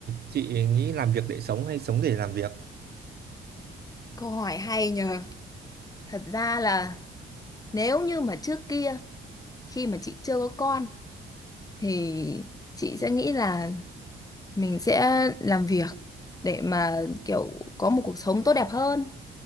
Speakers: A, on the right; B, on the left.
A: chị nghĩ làm việc để sống hay sống để làm việc?
B: Câu hỏi hay nhờ. thật ra là nếu như mà trước kia khi mà chị chưa có con thì chị sẽ nghĩ là mình sẽ làm việc để mà kiểu có một cuộc sống tốt đẹp hơn